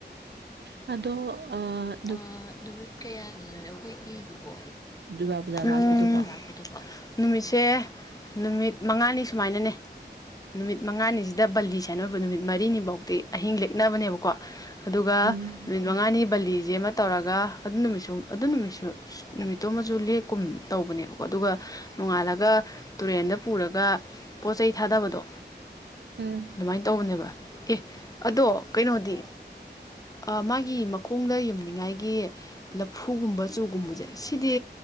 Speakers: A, on the right; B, on the left.
A: ꯑꯗꯣ ꯑ
B: ꯑ ꯅꯨꯃꯤꯠ ꯀꯌꯥꯅꯤꯅꯣꯅꯦ ꯑꯈꯣꯏ ꯄꯤꯗꯨꯕꯣ
A: ꯗꯨꯔꯒꯥ ꯄꯨꯖꯥ
B: ꯎꯝ
A: ꯂꯥꯛꯄꯗꯨꯕꯣ
B: ꯅꯨꯃꯤꯠꯁꯦ ꯅꯨꯃꯤꯠ ꯃꯉꯥꯅꯤ ꯁꯨꯃꯥꯏꯅꯅꯦ ꯅꯨꯃꯤꯠ ꯃꯉꯥꯅꯤꯖꯤꯗ ꯕꯜꯂꯤ ꯁꯥꯏꯅ ꯑꯣꯏꯕ ꯅꯨꯃꯤꯠ ꯃꯔꯤꯅꯤꯕꯥꯎꯗꯤ ꯑꯍꯤꯡ ꯂꯦꯛꯅꯕꯅꯦꯕꯀꯣ ꯑꯗꯨꯒ
A: ꯎꯝ
B: ꯅꯨꯃꯤꯠ ꯃꯉꯥꯅꯤ ꯕꯜꯂꯤꯖꯦ ꯑꯃ ꯇꯧꯔꯒ ꯑꯗꯨ ꯅꯨꯃꯤꯠꯁꯨ ꯑꯗꯨ ꯅꯨꯃꯤꯠꯁꯨ ꯅꯨꯃꯤꯠꯇꯣ ꯑꯃꯖꯨ ꯂꯦꯛꯀꯨꯝ ꯇꯧꯕꯅꯦꯕꯀꯣ ꯑꯗꯨꯒ ꯅꯣꯡꯉꯥꯜꯂꯒ ꯇꯨꯔꯦꯟꯗ ꯄꯨꯔꯒ ꯄꯣꯠ ꯆꯩꯩ ꯊꯥꯗꯕꯗꯣ
A: ꯎꯝ
B: ꯗꯨꯃꯥꯏꯟ ꯇꯧꯕꯅꯦꯕ ꯑꯦ ꯑꯗꯣ ꯀꯩꯅꯣꯗꯤ ꯑ ꯃꯥꯒꯤ ꯃꯈꯣꯡꯗ ꯌꯨꯝ ꯅꯤꯉꯥꯏꯒꯤ ꯂꯐꯨꯒꯨꯝꯕ ꯆꯨꯒꯨꯝꯕꯖꯦ ꯁꯤꯗꯤ